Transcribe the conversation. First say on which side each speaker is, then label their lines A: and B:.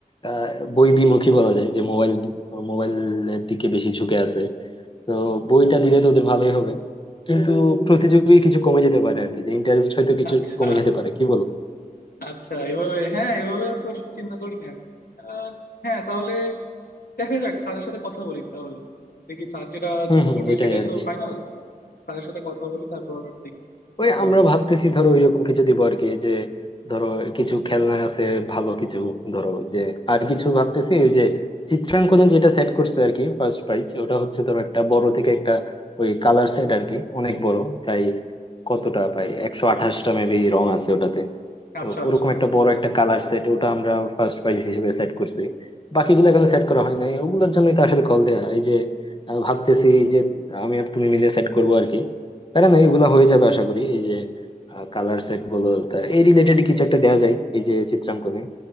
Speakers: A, on the left; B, on the left.
A: আহ, বই বিমুখী বলা যায় যে মোবাইল মোবাইলের দিকে বেশি ঝুঁকে আছে তো বইটা দিলে তো ওদের ভালোই হবে কিন্তু প্রতিযোগী কিছু কমে যেতে পারে আর কি যে ইন্টারেস্ট হয়তো কিছু
B: আচ্ছা
A: কমে যেতে পারে কি বলো
B: আচ্ছা এভাবে হ্যাঁ এভাবে তো আসলে চিন্তা করিনি আমি আহ, হ্যাঁ তাহলে দেখা যাক স্যারের সাথে কথা বলি তাহলে আহ, দেখি স্যার যেটা
A: হম
B: ঠিক
A: হম
B: করবে
A: এটাই
B: সেটাই
A: আর
B: তো
A: কি
B: ফাইনাল স্যারের সাথে কথা বলি তারপর দেখি
A: ওই
B: হয় না
A: আমরা
B: হয়।
A: ভাবতেছি ধরো ওইরকম কিছু দিব আর কি যে ধরো কিছু খেলনা আছে ভালো কিছু ধরো যে আর কিছু ভাবতেছি ওই যে চিত্রাঙ্কনে যেটা সেট করছে আর কি ফার্স্ট প্রাইজ ওটা হচ্ছে ধরো একটা বড় থেকে একটা ওই কালার সেট আর কি অনেক বড় প্রায় কতটা প্রায় একশো আঠাশটা মেবি রং আছে ওটাতে তো
B: আচ্ছা আচ্ছা
A: ওরকম একটা বড় একটা কালার সেট ওটা আমরা ফার্স্ট প্রাইজ হিসেবে সেট করছি বাকিগুলো এখনো সেট করা হয় নাই ওগুলোর জন্যই তো আসলে কল দেয়া এই যে আহ, ভাবতেছি যে আমি আর তুমি মিলে সেট করবো আর কি প্যারা নাই এগুলো হয়ে যাবে আশা করি এই যে কালার সেট বলো তা এই রিলেটেড কিছু একটা দেয়া যায় এই যে চিত্রাঙ্কনে